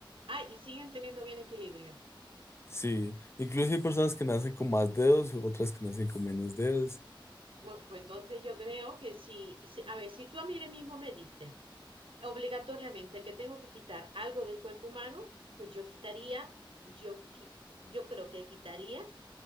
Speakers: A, on the right; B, on the left.
A: Ah, y siguen teniendo bien equilibrio.
B: Sí. Incluso hay personas que nacen con más dedos, otras que nacen con menos dedos.
A: Bueno, pues entonces yo creo que si, si- a ver, si tú a mí ahora mismo me dices obligatoriamente que tengo que quitar algo del cuerpo humano, pues yo quitaría, yo, qui- yo creo que quitaría